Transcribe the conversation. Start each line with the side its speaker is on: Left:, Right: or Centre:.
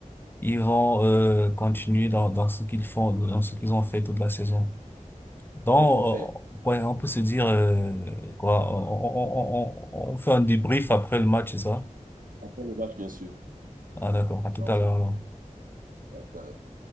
Left: ils vont, euh, continuer dans, dans ce qu'ils font, dans ce qu'ils ont fait toute la saison. Donc,
Right: FFL.
Left: euh, ouais, on peut se dire euh, quoi, on, on, on, on on fait un débrief après le match, c'est ça?
Right: Après le match, bien sûr.
Left: Ah d'accord, à tout
Right: Sans
Left: à
Right: faute.
Left: l'heure alors.
Right: À tout à l'heure.